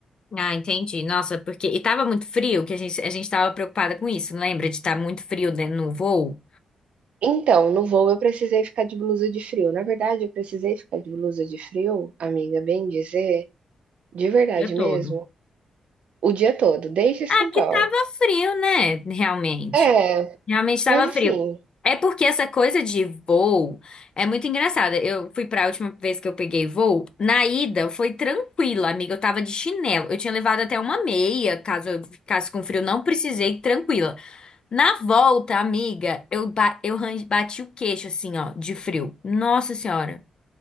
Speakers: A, on the left; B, on the right.
A: Ah, entendi. Nossa, porque. E tava muito frio, que a gente, a gente tava preocupada com isso, não lembra? De estar muito frio dentro no voo? O
B: Então, no voo eu precisei ficar de blusa de frio. Na verdade, eu precisei ficar de blusa de frio, amiga, bem dizer, de verdade
A: dia todo.
B: mesmo, o dia todo, desde São
A: Ah,
B: Paulo.
A: que tava frio, né? Realmente.
B: É,
A: Realmente tava
B: mas assim,
A: frio. É porque essa coisa de voo é muito engraçada. Eu fui pra última vez que eu peguei voo, na ida foi tranquila, amiga. Eu tava de chinelo. Eu tinha levado até uma meia, caso eu ficasse com frio, não precisei, tranquila. Na volta, amiga, eu, ba- eu ran- bati o queixo, assim, ó, de frio. Nossa senhora.